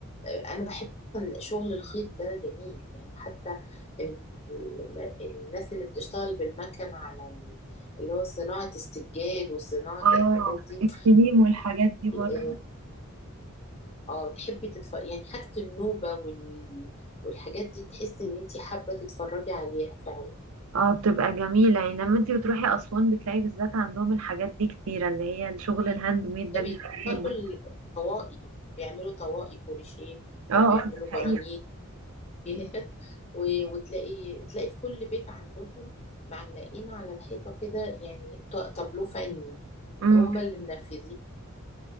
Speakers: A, on the left; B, on the right.
A: آه، أنا بحب أصلاً شغل الخيط ده جميل يعني حتى ال- الم- الناس اللي بتشتغل بالمكن على ال- اللي هو صناعة السجاد وصناعة
B: اه
A: الحاجات دي
B: الكليم والحاجات دي برضه
A: آه، اه تحبي تتفرجي يعني حاجة النوبة وال... والحاجات دي تحسي ان انتي حابة تتفرجي عليها فعلا
B: اه بتبقى جميلة يعني لما انتي بتروحي أسوان بتلاقي بالذات عندهم الحاجات دي كتيرة اللي هي الشغل الهاند ميد ده
A: ده
B: بيبقى
A: بيفصلوا
B: كتير جدا
A: الطواقي بيعملوا طواقي كروشيه
B: اه
A: وبيعملوا
B: اه ده حقيقي
A: برانيت <laughs> و- وتلاقي تلاقي في كل بيت عندهم معلقين على الحيطة كده يعني ط- تابلو فني
B: امم
A: هم اللي منفذينه